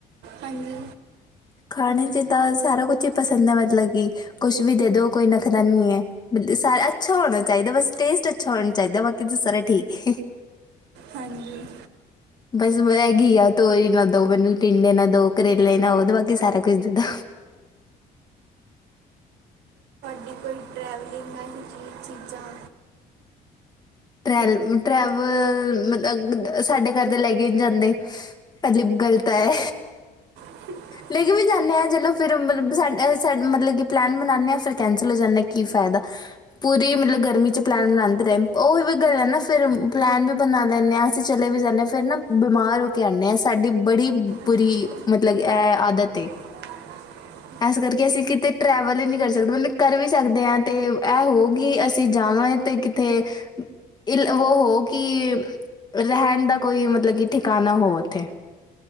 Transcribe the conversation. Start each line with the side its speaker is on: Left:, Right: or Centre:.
Right: ਹਾਂਜੀ।
Left: ਖਾਣੇ 'ਚ ਤਾਂ ਸਾਰਾ ਕੁਛ ਈ ਪਸੰਦ ਐ ਮਤਲਬ ਕਿ ਕੁਛ ਵੀ ਦੇ ਦਿਉ? ਕੋਈ ਨਖਦਾ ਨੀ ਐ। ਬ ਸਾਰਾ ਅੱਛਾ ਹੋਣਾ ਚਾਈਦੈ ਬਸ, ਟੇਸਟ ਅੱਛਾ ਹੋਣਾ ਚਾਈਦੈ। ਬਾਕੀ ਤਾਂ ਸਾਰੇ ਠੀਕੈ।
Right: ਹਾਂਜੀ।
Left: ਬਸ ਮੈਗੀ ਆ ਤੋਰੀ ਨਾ ਦੋ, ਮੈਨੂੰ ਟਿੰਡੇ ਨਾ ਦੋ, ਕਰੇਲੇ ਨਾਓ, ਤੇ ਬਾਕੀ ਸਾਰਾ ਕੁਛ ਦੇਦੋ।
Right: ਜੀ ਕੋਈ ਟਰੈਵਲਿੰਗ ਜ ਜ ਚੀਜਾਂ।
Left: ਟਰੈਲ ਟਰੈਵਲ ਮਤਲਬ ਸਾਡੇ ਘਰ ਦੇ ਲੈ ਕੇ ਜਾਂਦੇ। ਮਤਲਬ ਗਲਤ ਆ ਐ।
Right: <inaudible>
Left: ਲੈ ਕੇ ਵੀ ਜਾਂਨੇ ਹਆਂ ਜਲੋਂ ਫੇਰ ਮਬ ਸਾ ਮਤਲਬ ਕਿ ਪਲੈਨ ਬਨਾਣੇ ਆਂ ਫੇਰ ਕੈਂਸਲ ਹੋ ਜਾਂਨੇ ਆਂ ਕੀ ਫੈਦਾ। ਪੂਰੀ ਮਤਲਬ ਗਰਮੀ 'ਚ ਪਲੈਨ ਬਨਾਦੇ ਰਏ। ਓ ਵੀ ਗੱਲ ਐ ਨਾ ਪਲੈਨ ਵੀ ਬਨਾ ਲੈਂਨੇ ਆ, ਅਸੀਂ ਚਲੇ ਵੀ ਜਾਨੇ ਫੇਰ ਨਾ ਬਿਮਾਰ ਹੋ ਕੇ ਆਨੇ ਆਂ। ਸਾਡੀ ਬੜੀ ਬੁਰੀ
Right: ਅੱਛਾ
Left: ਮਤਲਬ, ਏ ਆਦਤ ਏ।
Right: <inaudible>
Left: ਏਸ ਕਰਕੇ ਅਸੀਂ ਕਿਤੇ ਟਰੈਵਲ ਈ ਨੀਂ ਕਰ ਸਕਦੇ ਮਤਅ ਕਰ ਵੀ ਸਕਦੇ ਆਂ ਤੇ ਐ ਹੋਈ ਅਸੀਂ ਜਾਵਾਂ ਤੇ ਕਿਤੇ ਇਲ ਵੋ ਹੋ ਕਿ ਰੈਂਣ ਦਾ ਕੋਈ ਮਤਲਬ ਕਿ ਠਿਕਾਨਾ ਹੋ ਉੱਥੇ।